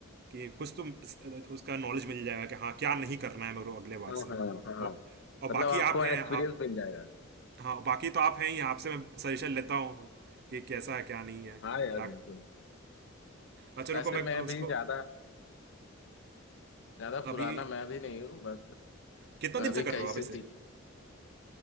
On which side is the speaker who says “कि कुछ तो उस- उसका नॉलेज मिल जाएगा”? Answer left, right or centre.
Right